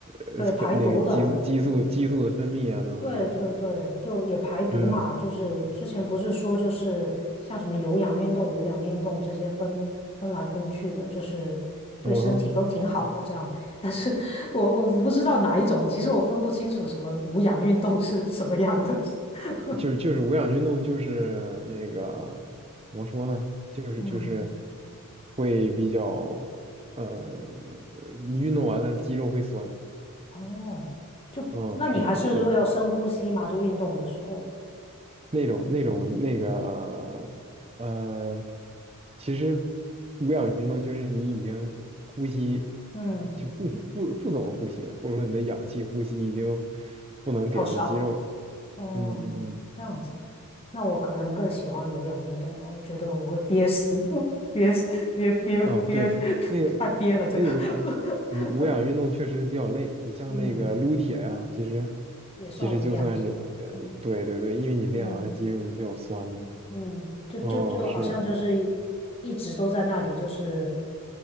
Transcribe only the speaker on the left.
对，排毒的。嗯，对对对，就也排毒嘛，
就是之前不是说就是像什么有氧运动、无氧运动这些分分来分去的，就是对身体都挺好的这样。
但是我我不知道哪一种，其实我分不清楚什么无氧运动是什么样的。<laughs>
嗯
哦，就那你还是会要深呼吸嘛？
就运动的时候，
嗯，
较少。哦，
这样子，那我可能更喜欢有氧运动吧。我觉得我会憋死，<laughs> 憋死，憋憋憋，
<laughs>
太憋了这个。<laughs>
嗯，
也算无氧是吧？
嗯
嗯嗯，就就就好像就是
一直都在那里，就是